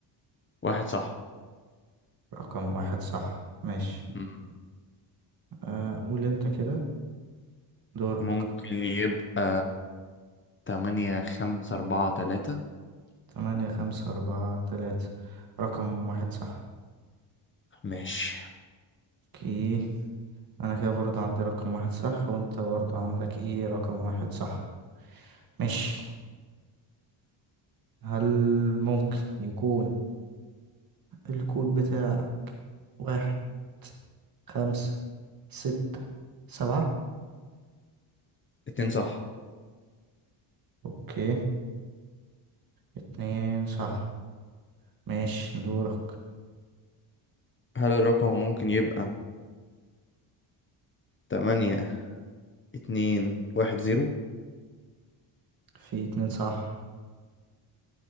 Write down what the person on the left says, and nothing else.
واحد صح
مم.
ممكن يبقى تمانية خمسة أربعة تلاتة
ماشي
اتنين صح
هل الرقم ممكن يبقى تمانية اتنين واحد زيرو